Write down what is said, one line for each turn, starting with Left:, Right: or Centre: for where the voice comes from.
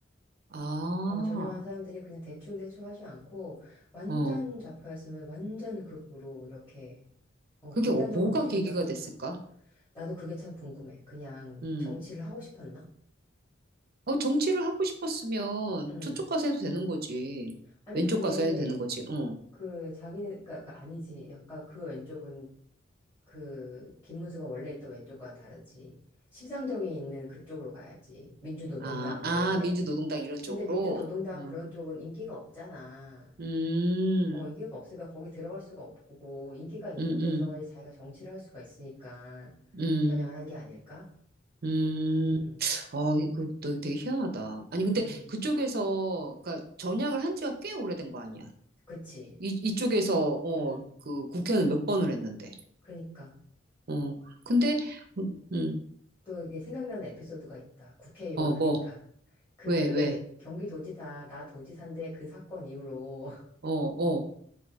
Right: 아.
Left: 어, 전향하는 사람들이 그냥 대충대충 하지 않고 완전
Right: 어,
Left: 좌파였으면 완전 극으로 이렇게 어,
Right: 그게
Left: 극단적으로
Right: 어- 뭐가
Left: 움직인다고
Right: 계기가 됐을까?
Left: 하더라. 나도 그게 참 궁금해. 그냥
Right: 음.
Left: 정치를 하고 싶었나?
Right: 어, 정치를 하고 싶었으면
Left: 음.
Right: 저쪽 가서 해도 되는 거지.
Left: 아니
Right: 왼쪽
Left: 근데
Right: 가서 해도 되는 거지. 응.
Left: 그 자기네 그니까 아니지. 약간 그 왼쪽은 그 김문수가 원래 있던 왼쪽과는 다르지. 심상정이 있는 그쪽으로 가야지. 민주노동당
Right: 아, 아,
Left: 뭐 이런데.
Right: 민주노동당 이런 쪽으로.
Left: 근데 민주노동당
Right: 응.
Left: 그런 쪽은 인기가 없잖아.
Right: 음,
Left: 어, 인기가 없으니까 거기 들어갈 수가 없고, 인기가 있는데
Right: 음, 음,
Left: 들어가야지 자기가 정치를 할 수가 있으니까
Right: 음,
Left: 전향을 한 게 아닐까?
Right: 음.
Left: 음,
Right: 어, 이거 또 되게 희한하다. 아니, 근데
Left: 음,
Right: 그쪽에서, 그니까 전향을 한 지가 꽤 오래된 거 아니야.
Left: 그치.
Right: 이, 이쪽에서, 어,
Left: 음,
Right: 그 국회는 몇 번을 했는데.
Left: 그러니까.
Right: 어, 근데, 음, 음,
Left: 또 이게 생각나는 에피소드가 있다. 국회의원
Right: 어, 뭐,
Left: 하니까. 그
Right: 왜, 왜.
Left: 경기도지사, 나 도지사인데 그 사건 이후로
Right: 어, 어.